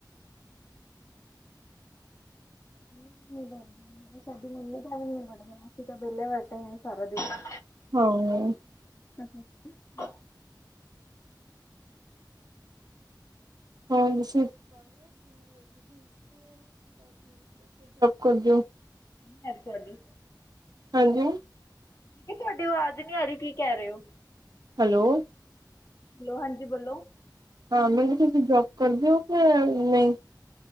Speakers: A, on the right; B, on the left.
A: <inaudible>
B: ਨਹੀਂ ਸਾਡੀ ਮੰਮੀ ਤਾਂ ਵੀ ਨ ਵੜਨ ਦੇਂਦੇ। ਅਸੀਂ ਤਾਂ ਵਿਹਲੇ ਬੈਠਦੇ ਆ ਸਾਰਾ ਦਿਨ।
A: ਹਾਂ।
B: <unintelligible>
A: <unintelligible> ਜੋਬ ਕਰਦੇ ਓ।
B: ਹਾਂ ਸਾ ਕੋਡੀ।
A: ਹਾਂਜੀ।
B: ਇਹ ਤੁਹਾਡੀ ਆਵਾਜ਼ ਨੀ ਆ ਰਹੀ ਕਿ ਕਹਿ ਰਹੇ ਹੋ।
A: ਹੈਲੋ।
B: ਹੈਲੋ ਹਾਂਜੀ ਬੋਲੋ।
A: ਹਾਂ ਮਤਲਬ ਤੁਸੀਂ ਜੋਬ ਕਰਦੇ ਹੋ ਕਿ ਨਹੀਂ।